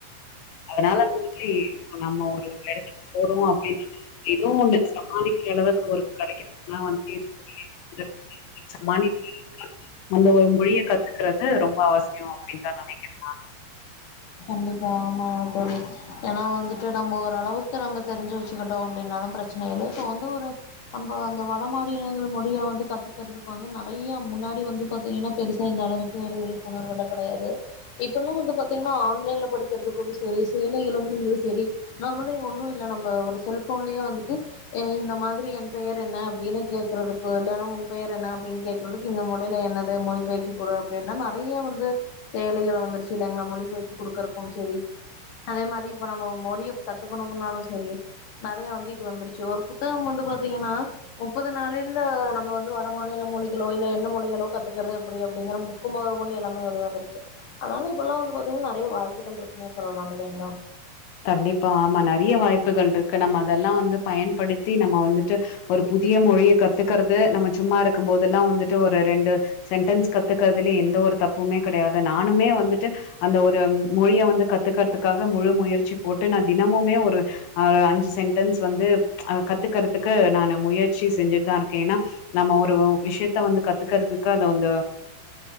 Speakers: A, on the left; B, on the left.
A: அதனால வந்துட்டு இப்ப நம்ம ஒரு இடத்துக்கு போறோ அப்படின்ற ஏதோ ஒண்ணு சமாளிக்கிற அளவுக்கு ஒரு கடைக்கு போனா வந்துட்டு சமாளிக்க அந்த ஒரு மொழியை கத்துக்கறது ரொம்போ அவசியம் அப்டினுதா நினைக்கிற நானு
B: வந்து இப்ப ஆமாங் தோழி ஏனா வந்துட்டு நம்ம ஓரளவுக்கு நம்ம தெரிஞ்சு வெச்சுக்கிட்டோ அப்படினாலும் பிரச்சன இல்ல இப்ப வந்து ஒரு நம்ப அந்த வட மாநிலங்க மொழிய வந்து கத்துக்கிறதுக்கு வந்து நெறயா முன்னாடி வந்து பாத்தீங்கன்னா பெருசா இந்த அளவுக்கு ஒரு விழிப்புணர்வு கேடையாது இப்பெல்லா வந்து பாத்தீங்கன்னா புள்ளைங்கள படிக்கிறதுக்கும் செரி சேலைகளும் இரு செரி நம்மளு ஒன்னு இல்ல நம்ம ஒரு செல்போன்லயே வந்துட்டு இந்த மாதிரி என் பெயர் என்ன அப்படின்னு கேக்குறதுக்கு இல்லைனா உன் பெயர் என்ன அப்படின்னு கேக்குறதுக்கு இந்தொழில என்னத மொழி <unintelligible> அப்படின்னா நெறய வந்து சேலைகளும் வந்துருச்ச இலைங்களா மொழி பெயர் கத்துக்குடுக்கிறக்கும் சரி ப்ச் அதே மாரி இப்ப நாம மொழிய கத்துக்கணும்னாலும் சரி நெறய வந்து இது வந்துருச்சு ஒரு புத்தகோ வந்து பாத்தீங்கன்னா முப்பது நாளேல நம்ம வந்து வட மாநில மொழிகளோ இல்ல என்ன மொழிகளோ கத்துக்கிறது எப்படி அப்படிங்கற புக்கு முதல் கொண்டு எல்லாமே வந்துருச்சு அதனால இப்பெல்லா வந்து இப்பவு நெறய வாய்ப்புகள் இருக்குனே சொல்லலா இல்லைங்களா
A: கண்டிப்பா ஆமா நெறயா வாய்ப்புகள் இருக்கு நம்ம அதெல்லா வந்து பயன்படுத்தி நம்ம வந்துட்டு ஒரு புதிய மொழிய கத்துக்கிறது நம்ம சும்மா இருக்கும் போதெல்லா வந்துட்டு ஒரு ரெண்டு சென்டன்ஸ் கத்துக்கிறதுல எந்த ஒரு தப்புமே கிடையாது நானுமே வந்துட்டு அந்த ஒரு மொழிய வந்து கத்துக்கிறதுக்காக முழு முயற் சி போட்டு நா தினமுமே ஒரு ஆ அஞ்சு சென்டன்ஸ் வந்து அ ப்ச் கத்துக்கிறதுக்கு நா முயற்சி செஞ்சுட்டுதா இருக்க ஏனா நம்ம ஒரு விஷயத்த வந்து கத்துக்கிறதுக்கு அத வந்த